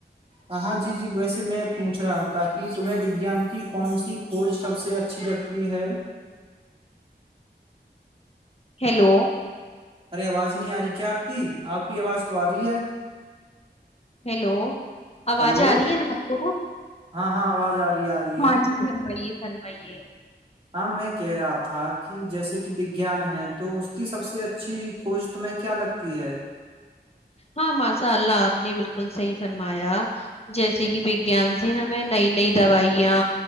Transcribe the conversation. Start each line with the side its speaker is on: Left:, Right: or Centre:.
Right: ہاںاں جی جی ویسے میں پوچھ رہا تھا کہ تمہیں وگان کی کون سی کھوج سب سے اچھی لگتی ہے
Left: ہیلو
Right: ارے آواز نہیں آ رہی کیا آپ کی آپ کی آواز تو آ رہی ہے
Left: ہیلو آوازیں
Right: ہلو
Left: آ رہی ہے نا آپ کو کو
Right: ہاں ہاں آواز آ رہی ہے آ رہی
Left: م
Right: ہے
Left: جی گھر بئی ہے فرمئیے
Right: ہاں میں کہہ رہا تھا کہ جیسے کہ وگیان ہے تو اس کی سب سے اچھی کھوج تمہیں کیا لگتی ہے
Left: ہاں ماشاء اللہ آپ نے بالکل صحیح فرمایا جیسے کہ وگیان سے ہمیں نئی نئی دوائیاں